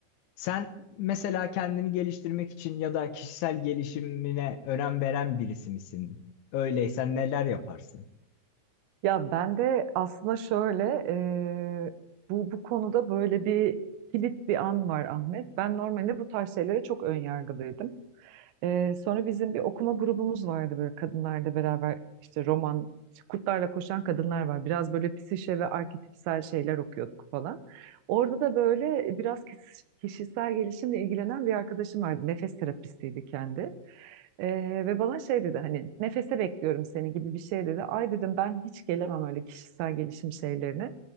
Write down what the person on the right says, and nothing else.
Ya ben de aslında şöyle eee, bu bu konuda böyle bir kilit bir an var Ahmet. Ben normalde bu tarz şeylere çok önyargılıydım. Ee, sonra bizim bir okuma grubumuz vardı böyle kadınlarla beraber işte roman, işte kurtlarla koşan kadınlar var. Biraz böyle psişe ve arketipsel şeyler okuyorduk falan. Orada da böyle biraz kis- kişisel gelişimle ilgilenen bir arkadaşım vardı. Nefes terapistiydi kendi. Ee, ve bana şey dedi hani nefese bekliyorum seni gibi bir şey dedi. Ay dedim ben hiç gelemem öyle kişisel gelişim şeylerine.